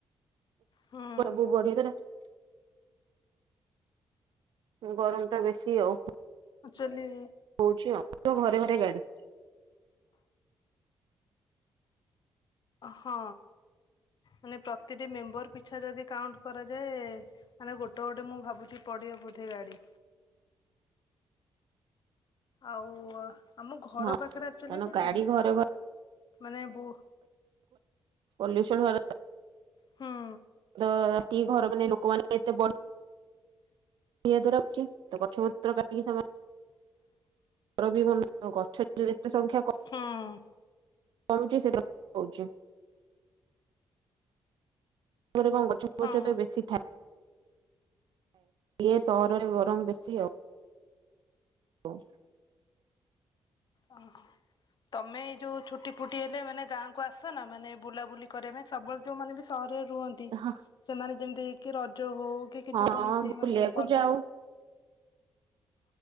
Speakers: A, on the left; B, on the right.
A: ହୁଁ
B: ବୁ ବଢ ତ <unintelligible> ଗରମଟା ବେଶୀ ଆଉ।
A: ଆକଚୁଆଚଲି
B: କହୁଛି ଆଉ ତ ଘରେ ଘରେ ଗାଡି
A: ହଁ। ମାନେ ପ୍ରତିଟି ମେମ୍ବର ପିଛା ଯଦି କାଉଣ୍ଟ କରାଯାଏ। ମାନେ ଗୋଟେ ଗୋଟେ ମୁଁ ଭାବୁଛି ପଡିିବ ବୋଧେ ଗାଡି। ଆଉ ଆମ ଘର
B: ହଁ
A: ପାଖରେ ଆଚୁଲି
B: କାରଣ
A: କଣ
B: ଗାଡି
A: କି
B: ଘରେ
A: ମାନେ ବ
B: ପଲୁସନ <unintelligible>
A: ହୁଁ
B: ତି ଘର ମାନେ ଲୋକମାନେ। ଏତେ <unintelligible> ରଖୁଛି ତ ଗଛ ପତ୍ର କାଟିକି ଘର ବି ଗଛ ଯେତେ ସଂଖ୍ୟା କ
A: ହଁ।
B: କମୁଛି ସେ କହୁଛି ରେ କଣ ଗଛ
A: ହଁ
B: ଗଛ ତ ବେଶୀ ଥାଏ। ଇଏ ସହରରେ ଗରମ ବେଶୀ ଆଉ। ହଁ
A: ଓହୋ ତମେ ଏଇ ଯୋଉ ଛୁଟି ଫୁଟି ହେଲେ ମାନେ ଗାଁକୁ ଆସ ନା ମାନେ ବୁଲାବୁଲି କରିଆ ପାଇଁ। ସବୁବେଳେ ଯୋଉମାନେ ବି ସହରରେ ରୁହନ୍ତି।
B: ଆଉ
A: ସେମାନେ ଯେମିତି କି ରଜ ହଉ। କି କିଛି
B: ହଁ
A: କୌଣସି
B: ବୁଲିବାକୁ
A: ମାନେ ପର୍ବ
B: ଯାଉ